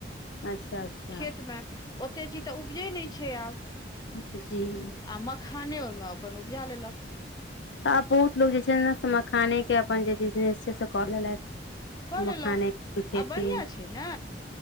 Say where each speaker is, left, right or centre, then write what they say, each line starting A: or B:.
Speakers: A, on the left; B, on the left.
A: अच्छा अच्छा
B: खेतमे ओतेक चीज तऽ उपजै नहि छै आब
A: <unintelligible>
B: आ मखाने ओहिमे अपन उऊपजा लेलक
A: तऽ आब बहुत लोको जे छै ने से मखानेके अपन जे बिजनेस छै से कऽ लेलथि
B: कऽ
A: मखाने
B: लेलक
A: खेतीै
B: आ बढ़िआँ छै ने